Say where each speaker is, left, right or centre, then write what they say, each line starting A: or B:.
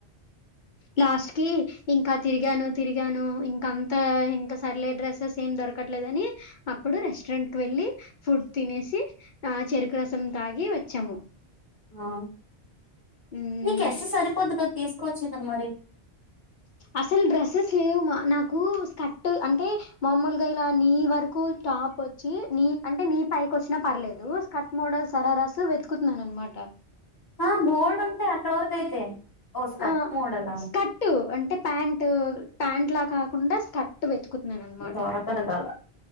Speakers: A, on the left; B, on the left.
A: లాస్ట్ కి ఇంకా తిరిగాను తిరిగి తిరిగాను ఇంకా అంత ఇంకా సర్లే డ్రెసెస్ ఏం దొరకట్లేదు అని అప్పుడు రెస్టారెంట్కు వెళ్ళి ఫుడ్ తినేసి ఆ చెరుకు రసం తాగి వచ్చాము
B: ఆ
A: ఉమ్
B: నీకు ఎస్ సరిపోద్ది కదా తీసుకోవచ్చు కదా మరి
A: అసలు డ్రెస్సెస్ లేవు మా నాకు స్కట్ అంటే మామూలుగా ఇలా నీ వరకు టాప్ వచ్చి నీ అంటే నీ పైకి వచ్చినా పర్లేదు కట్ మోడల్ సరారసు వెతుకుతున్నాను అనమాట
B: ఆ బోల్డ్ ఉంటాయి అక్కడ వరకు అయితే ఓ స్కర్ట్
A: ఆ
B: మోడలా
A: స్కర్ట్ అంటే ప్యాంట్ ప్యాంట్ లా కాకుండా స్కర్ట్ కుత్నాను అనమాట
B: దొరకదు గల